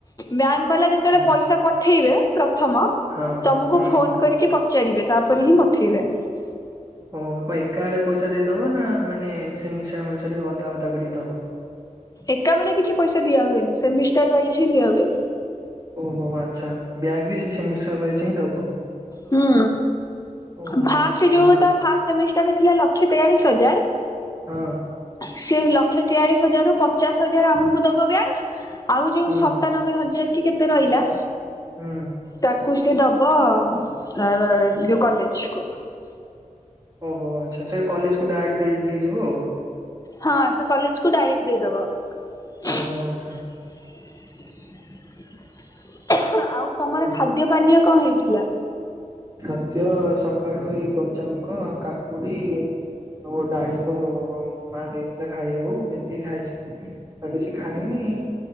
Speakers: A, on the left; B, on the right.
A: ବ୍ୟାଙ୍କ୍ ବାଲା ଯେତେବେଳେ
B: ଆଚ୍ଛା
A: ପଇସା ପଠେଇବେ ପ୍ରଥମ
B: ହଁ
A: ତମକୁ
B: ହୁଁ
A: ଫୋନ୍ କରିକି ପଚାରିବେ ତାପରେ ହିଁ ପଠେଇବେ।
B: ଓହୋ କଣ ଏକାବେଳେ ପଇସା ଦେଇଦବ ନାଁ ମାନେ ସେମିଷ୍ଟାର ଅନୁସାରେ ଅଧା ଅଧା କରିକି ଦବ?
A: ଏକାବେଳେ କିଛି ପଇସା ଦିଆ ହୁଏନି ସେମିଷ୍ଟାର ୱାଇଜ ହିଁ ଦିଆ ହୁଏ।
B: ଓହୋ ଆଚ୍ଛା, ବ୍ୟାଙ୍କ୍ ବି ସେଇ ସେମିଷ୍ଟାର ୱାଇଯ ହିଁ ଦବ।
A: ହୁଁ
B: ଓହୋ
A: ଫାଷ୍ଟ
B: ଆଚ୍ଛା
A: ଯୋଉ ତା ଫାଷ୍ଟ ସେମିଷ୍ଟାରରେ ଥିଲା ଲକ୍ଷ୍ୟ ତେୟାଳିଶ୍ ହଜାର।
B: ହଁ।
A: ସେ ଲକ୍ଷେ ତେୟାଳିଶ ହଜାରରୁ ପଚାଶ ହଜାର ଆମକୁ ଦବ ବ୍ୟାଙ୍କ୍। ଆଉ ଯୋଉ
B: ହୁଁ
A: ସତାନବେ ହଜାର କି କେତେ ରହିଲା।
B: ହୁଁ।
A: ତାକୁ ସେ ଦେବ ଅହ ଯଉଁ କଲେଜକୁ।
B: ଅ ହୋ ଆଚ୍ଛା ସେ କଲେଜକୁ ଡାଇରେକ୍ଟ ହେଇଯିବ ଆଉ।
A: ହଁ ସେ କଲେଜକୁ ଡାଇରେକ୍ଟ ଦେଇଦବ। ଆଉ
B: ଓହୋ ଆଚ୍ଛା।
A: ତମର
B: ହୁଁ
A: ଖା ଖାଦ୍ୟ ପାନୀୟ କଣ ହେଇଥିଲା?
B: ଖାଦ୍ୟ ସକାଳୁ ଏଇ ଗଜାମୁଗ, ଆଉ କାକୁଡି ଆଉ ଡାଳିମ୍ବ ହଉ। ମା ଦେଇଥିଲା ଖାଇବାକୁ ଏତିକି ଖାଇଚି ଆଉ କିଛି ଖାଇନି।